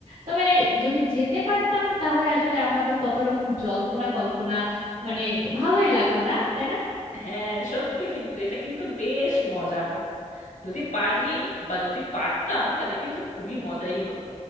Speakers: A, on the right (about 80°); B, on the left (about 80°).
A: তবে যদি যেতে পারতাম তাহলে আসলে আমাদের কত রকম জল্পনা কল্পনা মানে ভালোই লাগলো না তাই না
B: হ্যাঁ সত্যি কিন্তু এটা কিন্তু বেশ মজা যদি পারি বা যদি পারতাম তাহলে কিন্তু খুবই মজাই হতো